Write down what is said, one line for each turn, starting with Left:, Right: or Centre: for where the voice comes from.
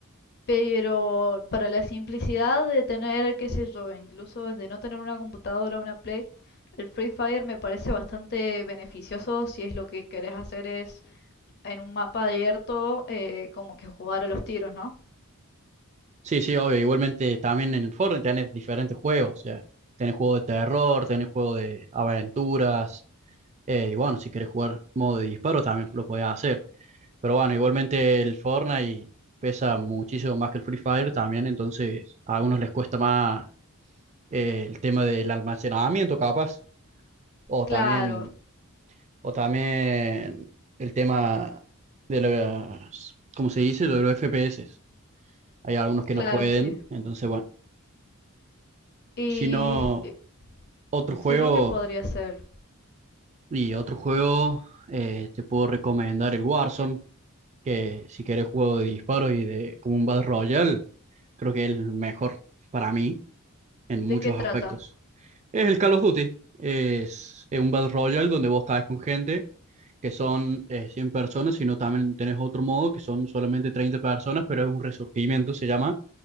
Left: Pero para la simplicidad de tener, qué sé yo, incluso de no tener una computadora, una Play, el Free Fire me parece bastante beneficioso si es lo que querés hacer es en un mapa abierto eh, como que jugar a los tiros, ¿no?
Right: Sí, sí, obvio. Igualmente también en el Fortnite tenés diferentes juegos. O sea, tenés juego de terror, tenés juego de aventuras. eh, y bueno, si querés jugar modo de disparo también lo podés hacer. Pero bueno, igualmente el Fortnite pesa muchísimo más que el Free Fire también. Entonces a algunos les cuesta más eh, el tema del almacenamiento capaz. O
Left: Claro,
Right: también, o también el tema de las, ¿cómo se dice? Lo de los FPS. Hay algunos que
Left: claro,
Right: no pueden.
Left: sí.
Right: Entonces, bueno,
Left: Y,
Right: si no,
Left: y
Right: otro juego
Left: si no, ¿qué podría ser?
Right: y otro juego eh, te puedo recomendar el Warzone, que si quieres juego de disparos y de como un Battle Royale, creo que es el mejor para mí en
Left: ¿De
Right: muchos
Left: qué trata?
Right: aspectos. Es el Call of Duty. Es, es un Battle Royale donde vos caes con gente que son eh, 100 personas, sino también tenés otro modo que son solamente 30 personas, pero es un resurgimiento, se llama,